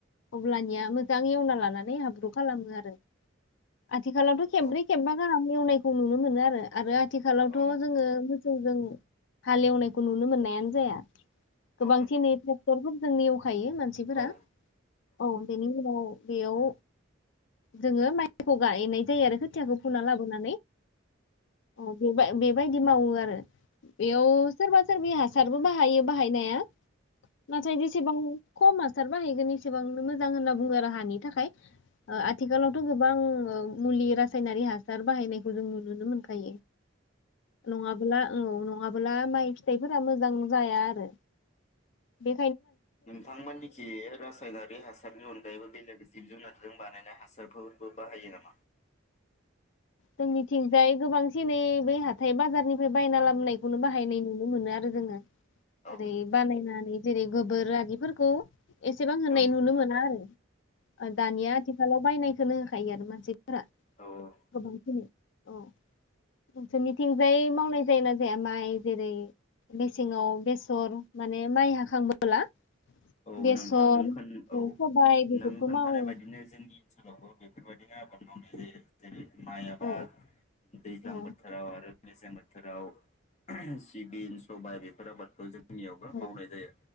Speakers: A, on the left; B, on the left.
A: अब्लानिया मोजां एवना लानानै हाब्रु खालामो आरो। आथिखालावथ' खेबब्रै
B: औ
A: खेबबा गाहाम एवनायखौ नुनो मोनो आरो। आरो आथिखालावथ'
B: औ नंगौ
A: जोङो जोंजों हालेवनायखौ नुनो मोननायानो जाया गोबांसिन
B: औ नंगौ
A: नै ट्रेक्टरफोरजोंनो एवखायो मानसिफोरा
B: औ
A: औ बेनि उनाव बेयाव जोङो माइ खौ गायनाय जायो आरो खोथियाखौ फुना लाबोनानै बे बेबा-बेबायदि मावो आरो बेयाव सोरबा सोरबि हासारबो बाहायो बाहायनाया नाथाय जेसेबां खम हासार बाहायगोन एसेबांनो मोजां होनना बुङो आरो हानि थाखाय ओ आथिखालावथ' गो बां मुलि रासाइनारि हासार बाहायनायखौ जों नुुनो मोनखायो नङाब्ला औ नङाबो माइ फिथाइफोरा मोजां जाया आरो। बे
B: नोंथांमोनखि रासायनारि हासारनि अनगायैबो बेलेग जिब जुनार जों बानायनाय हासारफोरबो बाहायो नामा?
A: जोंनिथिंजाय गोबांसिनै बै हाथाय बाजारनिफ्राय बायना लाबोनायखौनो बाहायनाय नुनो मोनो आरो जोङो।
B: औ
A: ओरै बानायनानै जेरै गोबोर आरिफोरखौ एसेबां होननाय
B: औ
A: नुनो मोना आरो दानिया आथिखालाव बायनायखोनो होखायो आरो मानसिफोरा।
B: औ औ।
A: गोबांखिनि औ नोंसोरनिथिंजाय मावनाय जायो ना जाया माइ जेरै मेसेङाव बेसर माने माइ हाखांबोला?
B: औ
A: बेसर
B: नोंथां नों खोन औ
A: सबाय बेफोरखौ
B: नों खोन्थानाय
A: मावो
B: बायदिनो जोंनि ओनसोलावबो बेफोरबायदि आबाद मावनाय जायो। जेरै माइ आबाद
A: औ
B: दैज्लां
A: औ
B: बोथोराव आरो मेसें बोथोराव सिबिन सबाय बेफोर आबाद खौ जों नियावबो
A: औ
B: मावनाय जायो